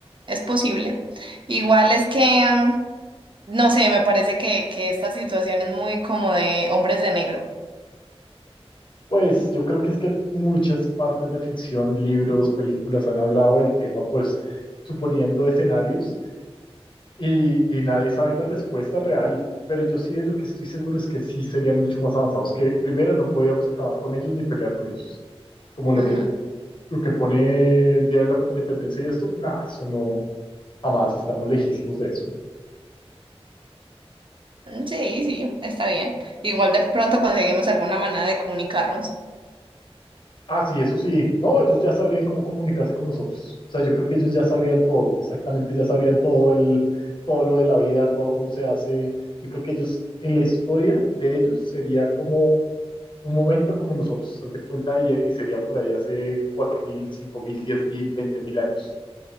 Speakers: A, on the right; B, on the left.
A: es posible. Igual es que, mm, no sé, me parece que, que esta situación es muy como de hombres de negro.
B: Pues yo creo que es que muchas partes de ficción, libros, películas han hablado del tema, pues suponiendo escenarios y, y nadie sabe la respuesta real. Pero yo sí de lo que estoy seguro es que sí serían mucho más avanzados, que primero no podíamos acabar con ellos ni pelear con ellos. Como lo
A: Ajá.
B: que,
A: Mm,
B: lo que pone Día de la Independencia y esto, nada, eso no, jamás estamos lejísimos de eso.
A: Sí, sí, está bien. Igual de pronto conseguimos alguna manera de comunicarnos.
B: Ah, sí, eso sí. No, ellos ya sabrían cómo comunicarse con nosotros. O sea, yo creo que ellos ya sabrían todo, exactamente, ya sabrían todo el, todo lo de la vida, todo cómo se hace. Yo creo que ellos, en la historia de ellos, sería como un momento como nosotros, haz de cuenta, y, y sería por ahí hace cuatro mil, mil, cinco mil, diez mil, veinte mil años,